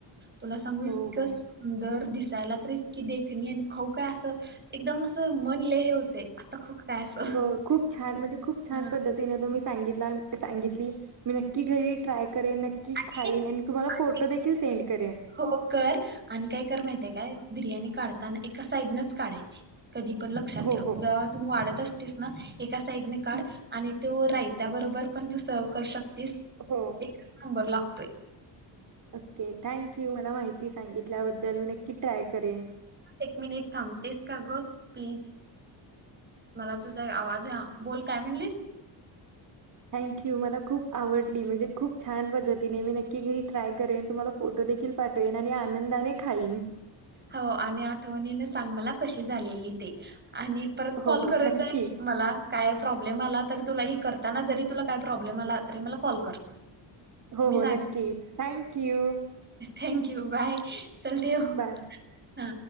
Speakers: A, on the right; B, on the right.
A: तुला सांगू इतकं
B: ओ वा
A: सुंदर दिस यला तर इतकी देखणी आणि खाऊ काय असं एकदम असं मन लय होतंय आता खाऊ काय असं
B: हो खूप छान म्हणजे खूप छान
A: हं,
B: पद्धतीने तुम्ही सांगितल <unintelligible> सांगितली मी नक्की की घरी ट्राय करेन नक्की. की
A: ते
B: खाईन आणि तुम्हाला फोटो
A: एक
B: देखील सेंड करेन
A: हो कर आणि काय कर माहितीहाय काय? बिर्याणी काढताना एका साइडनच काढायची कधी पण लक्षात
B: हो
A: ठेव
B: हो.
A: जेव्हा तु वाढत असतेस ना एका साईडने काढ
B: हं.
A: आणि तो राही त्याबरोबर पण तू सर्व करू शक तीस
B: हो
A: एक नंबर लागत ते
B: ओके थँक यू मला माहिती सांगितल्याबद्दल मी नक्की ट्राय करेन.
A: एक मिनिट थांबतेस का ग प्लीज मला तुझा आवाज हा बोल काय म्हणलीस?
B: थँक्यू मला खूप आवडली म्हणजे खूप छान! छान पद्धतीने मी नक्की घरी ट्राय करेन तुम्हाला फोटो देखील पाठवेन आणि आनंदाने खाईन.
A: हो आणि आठवणीन सांग मला कशी झालेली ते आणि परत कॉल
B: हो हो
A: करत
B: नक्कीच
A: जा मला काय प्रॉब्लेम आला तर तुलाही करताना जरी तुला काय प्रॉब्लेम आला तरी मला कॉल कर.
B: हो
A: मी
B: हो नक्कीच थँक यू!
A: Thank you bye! चल ठेव.
B: बाय.
A: हा.